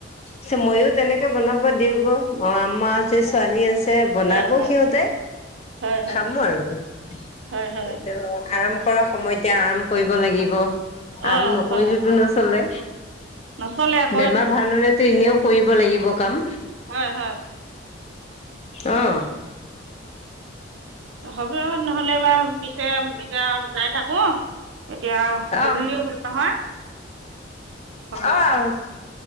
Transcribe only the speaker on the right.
হয়
হয় হয়
হয় হয়
অ
হয়
নচলে আকৌ
হয়-হয়।
হ'ব নহ'লে বাৰ পিছে এতিয়া যাই থাকো। এতিয়া গধূলি
হ'ল নহয় হ'ব।